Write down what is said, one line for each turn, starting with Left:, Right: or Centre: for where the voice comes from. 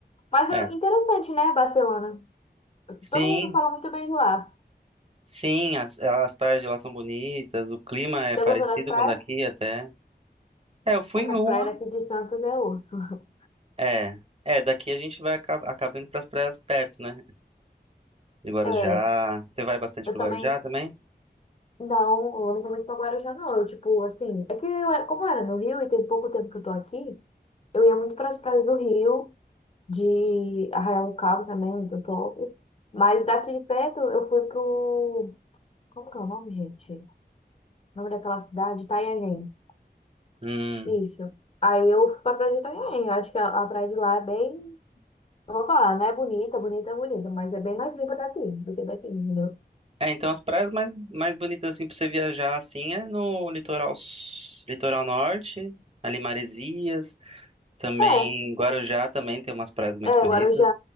Left: Mas
Right: É.
Left: é interessante, né, Barcelona?
Right: Sim,
Left: Todo mundo fala muito bem de lá.
Right: sim, as, as praias de lá são bonitas, o clima é
Left: Você
Right: parecido
Left: gostou das praias?
Right: com o daqui até. É, eu fui
Left: É
Right: em
Left: que as
Right: uma.
Left: praias daqui de Santos é osso. <laughs>
Right: É, é, daqui a gente vai acaba, acaba indo para as praias perto, né? de Guarujá.
Left: É,
Right: Você vai bastante
Left: eu
Right: pro
Left: também.
Right: Guarujá também?
Left: Não, eu não vou muito pra Guarujá, não. Eu, tipo, assim, é que eu, como eu era no Rio e tem pouco tempo que eu tô aqui, eu ia muito para as praias do Rio. de Arraial do Cabo também, muito top. Mas daqui de perto eu fui pro. Como que é o nome, gente? O nome daquela cidade? Itanhaém.
Right: Hum.
Left: Isso. Aí eu fui pra praia de Itanhaém. Acho que a, a praia de lá é bem. Eu vou falar, né? Bonita, bonita, bonita, mas é bem mais limpa daqui do que daqui, entendeu?
Right: É, então as praias mais, mais bonitas assim pra você viajar assim é no litoral s- litoral norte, ali Maresias, também
Left: É,
Right: Guarujá também tem umas praias muito
Left: é,
Right: bonitas.
Left: Guarujá,